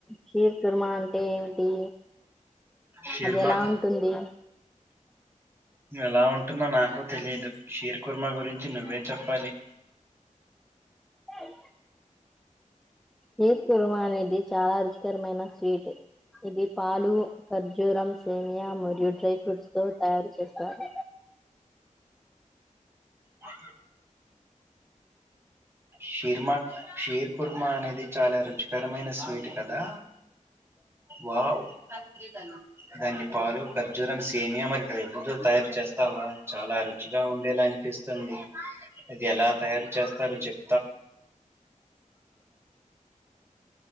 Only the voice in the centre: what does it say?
షీర్ కుర్మ అంటే ఏమిటి?
అది ఎలా ఉంటుంది?
అ హీర్ కుర్మ అనేది చాలా రుచికరమైన స్వీటు, ఇది పాలు, ఖర్జూరం సేమియా మరియు డ్రై ఫ్రూట్స్ తో తయారు చేస్తారు.